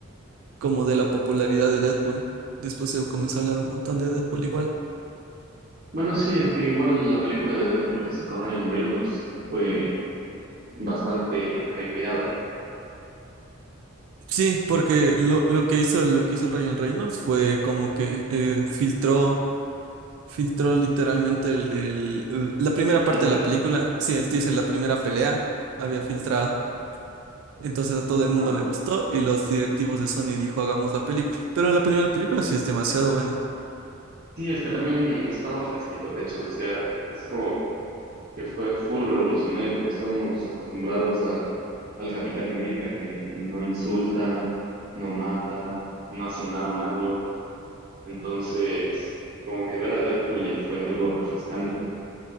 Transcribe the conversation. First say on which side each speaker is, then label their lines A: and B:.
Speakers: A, on the right; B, on the right.
A: como de la popularidad de Deadpool. Después se comenzó a hablar un montón de Deadpool igual.
B: Bueno, sí, es que igual la película de Deadpool que sacó Ryan Reynolds sí fue bastante hypeada,
A: Sí, porque lo, lo que hizo, lo que hizo el Ryan Reynolds fue como que eh, filtró, filtró literalmente el- el- el- la primera
B: el
A: parte
B: teaser.
A: de la película. Sí, el teaser, la primera pelea había filtrado. Entonces a todo
B: Ajá.
A: el mundo le gustó y los directivos de Sony dijo, hagamos la película. Pero la primera película sí es demasiado buena.
B: Sí, es que también estaba fresquito, ¿cachas? O sea, es como que fue full revolucionario porque estábamos acostumbrados a, al Capitán América que no insulta, no mata, no hace nada malo. Entonces, como que ver a Deadpool ya fue algo refrescante.